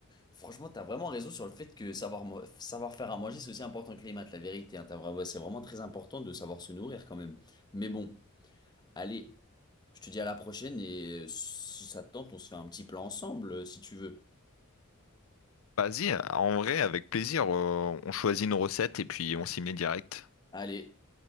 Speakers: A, on the left; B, on the left.
A: franchement t'as vraiment raison sur le fait que savoir, mo- savoir faire à manger c'est aussi important que les maths, la vérité, hein, t'as vra- c'est vraiment très important de savoir se nourrir quand même. Mais bon, allez, je te dis à la prochaine et euh, si ça te tente on se fait un petit plan ensemble euh, si tu veux.
B: Vas-y, en vrai, avec plaisir, euh, on choisit nos recettes et puis on s'y met direct.
A: Allez.